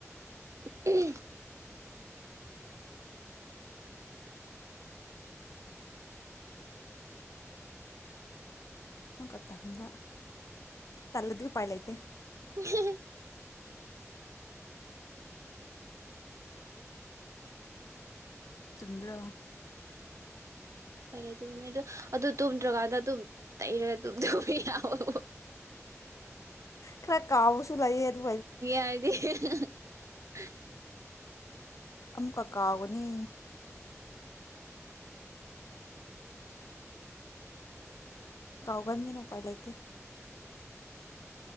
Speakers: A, on the right; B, on the left.
A: ꯎꯝ
B: ꯅꯀ ꯊꯗ ꯇꯂꯗꯤ ꯄꯥꯏꯂ ꯏꯇꯦ
A: ꯎ ꯎꯝ
B: ꯆꯗ꯭ꯔꯥ
A: ꯐꯣꯏ ꯂꯩꯇꯣꯏꯅꯅꯦ ꯑꯗꯨ ꯑꯗꯨ ꯇꯨꯝꯗ꯭ꯔꯀꯥꯟꯗ ꯑꯗꯨꯝ ꯇꯩꯔꯦ ꯑꯗꯨꯝꯕꯤ ꯌꯥꯑꯣꯣ
B: ꯈꯔ ꯀꯥꯎꯕꯨ ꯁꯨ ꯂꯩꯥꯏ ꯑꯗꯨ
A: ꯍꯥꯏꯔꯗꯤ <unintelligible>
B: ꯑꯝꯀ ꯀꯎꯅꯤ ꯀꯥꯎꯒꯥꯟꯅ ꯃꯤ ꯅꯄꯥꯥꯏ ꯂꯇꯦ